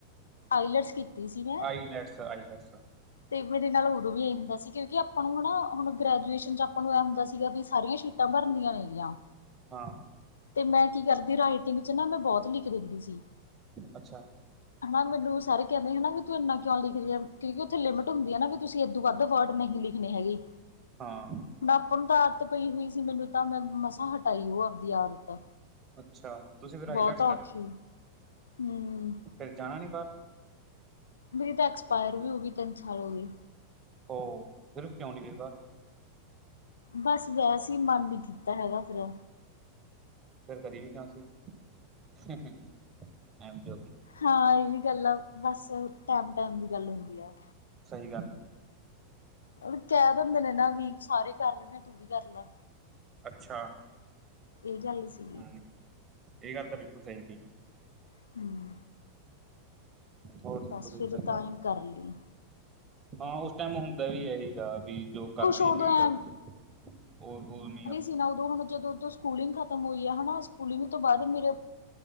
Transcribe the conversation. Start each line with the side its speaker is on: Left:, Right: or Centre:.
Left: ਆਈਲਟਸ ਕੀਤੀ ਸੀ ਮੈਂ,
Right: ਈ ਲੈਟ, ਆਈ ਲੈਟਸ।
Left: ਤੇ ਮੇਰੇ ਨਾਲ ਉਦੋਂ ਵੀ ਇਹ ਹੁੰਦਾ ਸੀ, ਕਿਉਂਕਿ ਆਪਾਂ ਨੂੰ ਹਨਾ, ਹੁਣ ਗ੍ਰੈਜੂਏਸ਼ਨ ਚ ਆਪਾਂ ਨੂੰ ਇਹ ਹੁੰਦਾ ਸੀਗਾ ਵੀ ਸਾਰੀਆਂ ਛੁੀਆਂ ਟਬਰਦੀਆਂ ਨਹੀਂ। ਇਆਂ
Right: ਹਾਂ
Left: ਤੇ ਮੈਂ ਕੀ ਕਰਦੀ ਰਾਈਟਿੰਗ ਚ ਨਾ ਮੈਂ ਬਹੁਤ ਲਿਖ ਦਿੰਦੀ ਸੀ।
Right: ਅੱਛਾ।
Left: ਹਨਾ ਮੈਨੂੰ ਸਾਰੇ ਕਹਿੰਦੇ ਹਨਾ, ਵੀ ਤੂੰ ਇੰਨਾ ਕਿਉਂ ਲਿਖਦੇ ਹੈ। ਕਿਉਂਕਿ ਉੱਥੇ ਲਿਮਿਟ ਹੁੰਦੀ ਹੈ ਨਾ, ਵੀ ਤੁਸੀਂ ਇਦੋਂ ਵਾਧੁ ਵਰਡ ਨਹੀਂ ਲਿਖਣੀ ਹੈਗੇ।
Right: ਹਾਂ।
Left: ਨਾ ਆਪ ਨੂੰ ਤਾਂ ਆਦਤ ਪਈ ਹੋਈ ਸੀ। ਮੈਨੂੰ ਤਾਂ ਮੈਂ ਮਸਾਂ ਹਟਾਈ ਉਹ ਆਪਦੀ ਆਦਤ।
Right: ਅੱਛਾ ਤੁਸੀਂ ਫਿਰ ਆਈਲੈਟਸ
Left: ਬਹੁਤ ਔਖੀ ਹੂੰ।
Right: ਫੇਰ ਜਾਣਾ ਨੀ ਬਾਹਰ?
Left: ਮੇਰੀ ਤਾਂ ਐਕਸਪਾਇਰ ਵੀ ਹੋ ਗਈ, ਤਿੰਨ ਸਾਲ ਹੋ ਗਏ।
Right: ਉਹ, ਫੇਰੁ ਕਿਉਂ ਨੀ ਗਈ ਬਾਹਾਰ?
Left: ਬਸ ਵੈਸੇ ਹੀ ਮਨ ਨੀ ਕੀਤਾ ਹੈਗਾ ਫੇਰ।
Right: ਫੇਰ ਕਰੀ ਵੀ ਕਿਉ ਸੀ? <unintelligible>
Left: ਹਾਂ ਇਹ ਵੀ ਗੱਲ ਆ, ਬਸ ਟੈਮ- ਟੈਮ ਦੀ ਗੱਲ ਹੁੰਦੀ ਆ।
Right: ਸਹੀ ਗੱਲ ਹੈ।
Left: ਉਹ ਕਹਿ ਦਿੰਦੇ ਨੇ ਨਾ, ਵੀ ਸਾਰੇ ਕਰ ਰਹੇ ਨੇ ਤੂੰ ਵੀ ਕਰ ਲਾ।
Right: ਅੱਛਾ।
Left: ਇਹ ਜਾਂੱਲ ਸੀ।
Right: ਹੂੰ, ਇਹ ਗੱਲ ਤਾਂ ਬਿਲਕੁਲ ਸਹੀ ਕਹੀ ਹੈ।
Left: <inaudible>
Right: ਹੋਰ
Left: ਬਸ
Right: ਕੋਈ
Left: ਫਿਰ
Right: ਗੱਲ
Left: ਤਾਂ
Right: ਬਾਤ?
Left: ਹੀ ਕਰ ਲਈ
Right: ਹਾਂ ਉਸ ਟਾਈਮ ਹੁੰਦਾ ਵੀ ਇਹੀ ਆ। ਵੀ ਜੋ
Left: ਕੁਛ
Right: ਕਰ ਰਹੀ
Left: ਉਦੋਂ
Right: ਹੈ ਭੇੜ
Left: ਐ
Right: ਉਹ- ਉਹ ਨੀ।
Left: ਜੀ ਨਾ ਉਦੋਂ ਹੁਣ, ਜਦੋਂ ਸਕੂਲਿੰਗ ਖਤਮ ਹੋਈ ਆ ਹਨਾ ਸਕੂਲਿੰਗ ਤੋਂ ਬਾਅਦ ਮੇਰੇ,